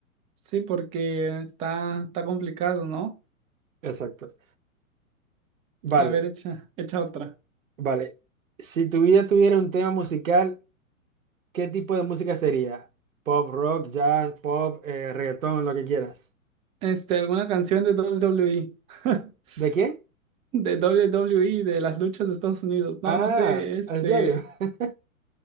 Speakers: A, on the right; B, on the right.
A: Sí, porque está, está complicado, ¿no?
B: Exacto. Vale,
A: A ver, echa, echa otra.
B: vale. Si tu vida tuviera un tema musical, ¿qué tipo de música sería? Pop, rock, jazz, pop, eh, reggaetón, lo que quieras.
A: Este, alguna canción de WWE. <laughs>
B: ¿De qué?
A: De WWE, de las luchas de Estados Unidos. No,
B: Ah,
A: no sé, este.
B: ¿en serio? <laughs>